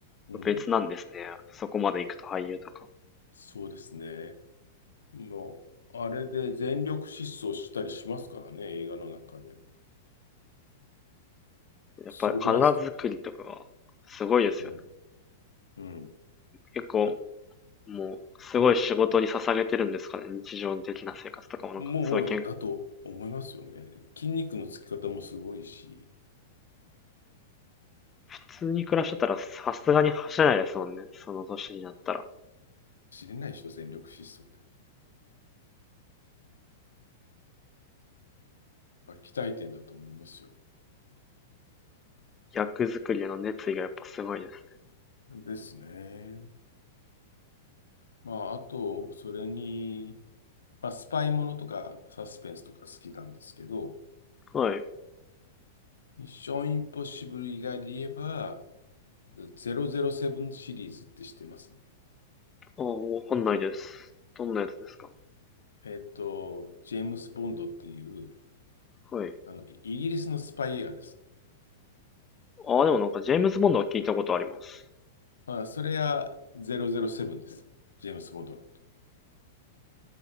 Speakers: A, on the left; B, on the left.
A: うん。
B: 別なんですね。そこまで行くと俳優とか。
A: そうですね。もう、あれで全力疾走したりしますからね、映画の中で。
B: やっぱり体作りとかがすごいですよ。
A: すごくないですかうん。うん。
B: 結構、
A: え
B: もう、すごい仕事に捧げてるんですかね。日常的な生活とかもなんか、
A: もう、
B: すごいけん、
A: もう、だと思いますよね。
B: 普
A: 筋肉のつき方もすごいし、
B: 通に暮らしてたらさすがに走れないですもんね。その年になったら。
A: 知れないでしょ、全力疾走で。やっぱ鍛えてんだと思いますよ。
B: 役作りへの熱意がやっぱすごいです。
A: ですね。まあ、あと、それに、まあ、スパイものとかサスペンスとか好きなんですけど、
B: はい。
A: ミッションインポッシブル以外で言えば、007シリーズって知ってます
B: ああ、わかんないです。どんなやつですか
A: えっと、ジェームス・ボンドっていう、
B: はい。
A: あの、イギリスのスパイ映画です。
B: ああ、でもなんかジェームズ・ボンドは聞いたことあります。
A: まあ、それは007です。ジェームス・ボンドのこと。